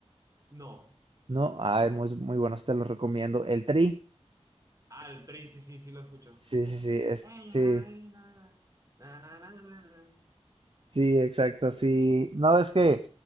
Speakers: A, on the right; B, on the right.
A: No.
B: ¿no? Ay, muy, muy buenos, te los recomiendo. El Tri,
A: Ah, el Trey, sí, sí, sí lo escucho.
B: sí, sí, sí, es,
A: Ey,
B: sí,
A: ay, na, na, na, na, na, na.
B: Sí, exacto, sí. No, es que